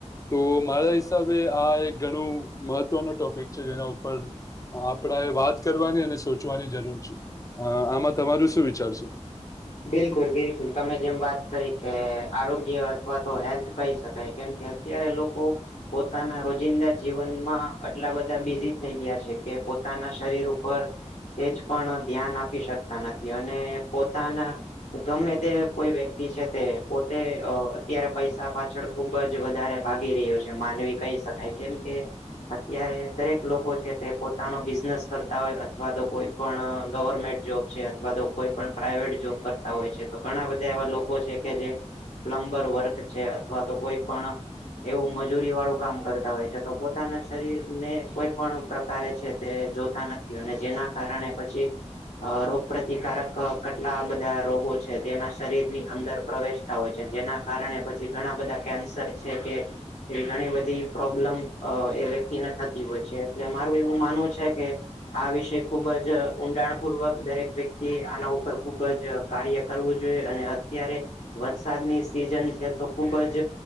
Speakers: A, on the left; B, on the left.
A: તો મારા હિસાબે આ એક ઘણું મહત્વનો ટોપિક છે જેના ઉપર આપડા એ વાત કરવાની અને સોચવાની જરૂર છે. અ આમાં તમારું શું વિચાર છે.
B: બિલકુલ બિલકુલ તમે જેમ વાત કરી કે આરોગ્ય અથવા તો હેલ્થ કહી શકાય કેમ કે ત્યારે લોકો પોતાના રોજિંદા જીવનમાં આટલા બધા બિઝી થઈ ગ્યા છે કે પોતાના શરીર ઉપર સેજ પણ ધ્યાન આપી શકતા નથી અને પોતાના ગમે તે કોઈ વ્યક્તિ છે તે પોતે અ અત્યારે પૈસા પાછળ ખુબ જ વધારે ભાગી રહ્યો છે. માનવી કહી શકાય કેમ કે અત્યારે દરેક લોકો છે તે પોતાનો બિઝનેસ કરતા હોય અથવા તો કોઈ પણ ગવર્નમેન્ટ જોબ છે અથવા તો કોઈ પણ પ્રાઇવેટ જોબ કરતા હોય છે, તો ઘણા બધા એવા લોકો છે કે જે પ્લમ્બર-વર્ક છે અથવા તો કોઈ પણ એવું મજૂરીવાળું કામ કરતા હોય છે, તો પોતાના શરીરને કોઈ પણ પ્રકારે છે તે જોતા નથી અને જેના કારણે પછી અ રોગ પ્રતિકારક અ કટલા બધા રોગો છે તેના શરીરની અંદર પ્રવેશતા હોય છે જેના કારણે પછી ઘણા બધા કેન્સર છે કે એવી ઘણી બધી પ્રોબ્લેમ અ એ વ્યક્તિને થતી હોય છે એટલે મારું એવું માનવું છે કે આ વિશે ખુબ જ ઊંડાણપૂર્વક દરેક વ્યક્તિએ આના ઉપર ખુબ જ કાર્ય કરવું જોઈએ અને અત્યારે વરસાદની સિઝન છે તો ખુબ જ